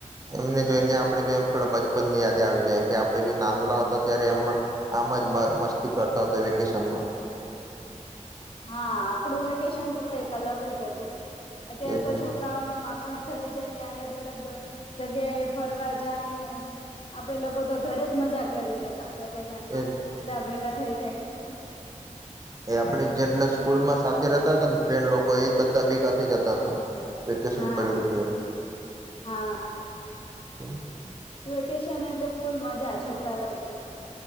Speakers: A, on the right (about 30°); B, on the left (about 45°).
A: એમને જોઈને આપડે બેચ ની યાદી આવી જાય કે આપડે બી નાનલો હતો ત્યારે એમ આમ જ થી કરતા હતા વેકેશન માં
B: હા આપડું વેકેશન તો કઈક અલગ જ હતું અત્યારે
A: એજને
B: તો છોકરાઓને મામાના ઘરે જઈને અલગ અલગ જગ્યા એ ફરવા જાય ને આપડે લોકો તો ઘરે જ મજા કરી લે તા વેકેશન માં
A: એજને
B: બધાભેગા થઈ જઈને <inaudible>
A: એ આપડે જેટલા સ્કૂલમાં સા તે રેતા તા ને ફેન લોકો એજ બધા ભેગા થઈ જતા હતા વેકેશન
B: હા
A: પયડુ કે
B: હા
A: હમ
B: વેકેશન એટલે ફૂલ મજા છોકરા લોકોને